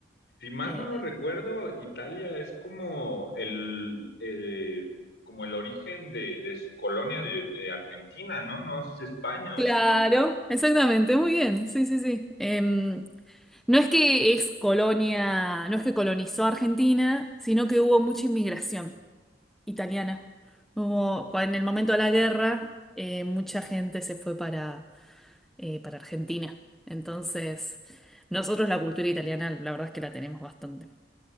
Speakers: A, on the left; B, in the centre.
A: Si mal
B: Eh,
A: no lo recuerdo, Italia es como el, eh, como el origen de, de su colonia de, de Argentina, ¿no? No es España,
B: claro,
A: ¿o sí?
B: exactamente, muy bien, sí, sí, sí. Em, no es que es colonia, no es que colonizó Argentina, sino que hubo mucha inmigración italiana. Hubo, cua- en el momento de la guerra, eh, mucha gente se fue para eh, para Argentina. Entonces, nosotros la cultura italiana, la verdad es que la tenemos bastante